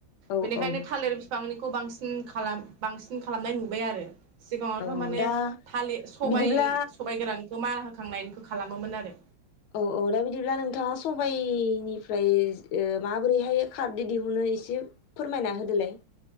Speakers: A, on the left; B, on the right.
A: औ
B: बेनिखायनो
A: औ
B: थालिर फिफांनिखौ बांसिन, खालाम बांसिन खालामनाय नुबाय आरो सिगाङावथ'
A: औ
B: माने
A: दा
B: थालि सबाय
A: बिदिब्ला
B: सबाइ गोरान मारा होखांनायनिखौ खालामोमोन आरो
A: औ औ दा बिदिब्ला नोंथाङा सबाइनिफ्राय ओ माबोरैहाय खारदो दिहुनो एसे फोरमायना होदोलाय,